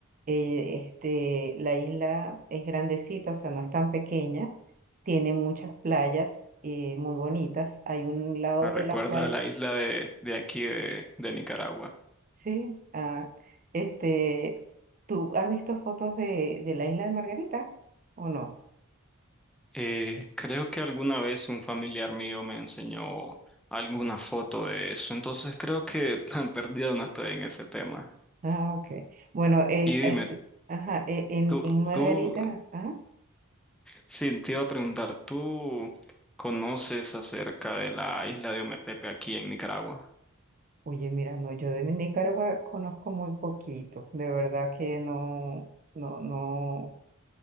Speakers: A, on the right; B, in the centre.
A: eh, este, la isla es grandecita, o sea, no es tan pequeña. Tiene muchas playas eh, muy bonitas. Hay un lado
B: Me recuerda
A: de la playa,
B: a la isla de, de aquí de, de Nicaragua.
A: sí. ah, este, ¿tú has visto fotos de, de la isla de Margarita o no?
B: Eh, creo que alguna vez un familiar mío me enseñó alguna foto de eso, entonces creo que <laughs> tan perdido no estoy en ese tema.
A: Ah, ok. Bueno, el,
B: Y dime,
A: este, ajá, e- en,
B: ¿tú,
A: en Margarita,
B: tú
A: ah,
B: Sí, te iba a preguntar, ¿tú conoces acerca de la isla de Ometepe aquí en Nicaragua?
A: oye, mira, no, yo de Nicaragua conozco muy poquito, de verdad que no, no, no.